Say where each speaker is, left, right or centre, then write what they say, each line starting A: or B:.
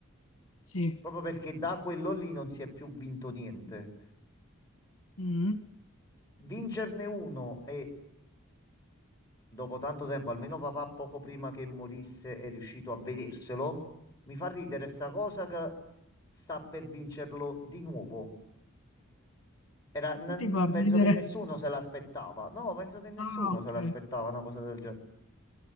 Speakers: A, on the left; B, on the left.
A: Sì.
B: Proprio perché da quello lì non si è più vinto niente.
A: Mhm.
B: Vincerne uno e dopo tanto tempo, almeno papà poco prima che morisse è riuscito a vederselo. Mi fa ridere sta cosa che sta per vincerlo di nuovo. Era-
A: Perché
B: n-
A: ti fa
B: penso
A: ridere?
B: che nessuno se l'aspettava. No, penso che nessuno
A: Ah, ok.
B: se l'aspettava una cosa del genere.